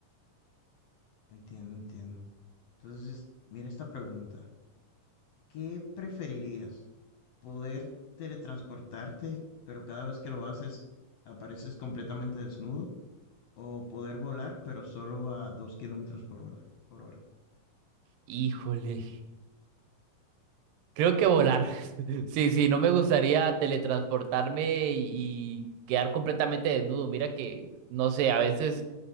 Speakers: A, on the left (about 70°); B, on the right (about 85°).
A: Entiendo, entiendo. Entonces, mira esta pregunta. ¿Qué preferirías? ¿Poder teletransportarte, pero cada vez que lo haces apareces completamente desnudo? ¿O poder volar, pero solo a dos kilómetros por hora, por hora?
B: Híjole. Creo que volar. <laughs> Sí, sí, no me gustaría teletransportarme y quedar completamente desnudo. Mira que, no sé, a veces